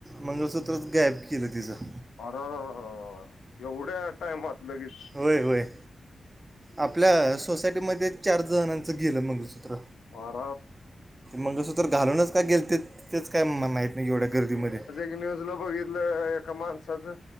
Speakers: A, on the right (about 25°); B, on the left (about 85°).
A: मंगळसूत्रच गायब केलं तिचं.
B: आरररर, एवढ्या टाइमात लगेच
A: होय होय. आपल्या सोसायटीमध्ये चार जणांचं गेलं मंगळसूत्र.
B: <unintelligible>
A: मंगळसूत्र घालूनच का गेलतेत, तेच काय माहित नाही एवढ्या गर्दीमध्ये.
B: ते न्यूजला बघितलं एका माणसाचं.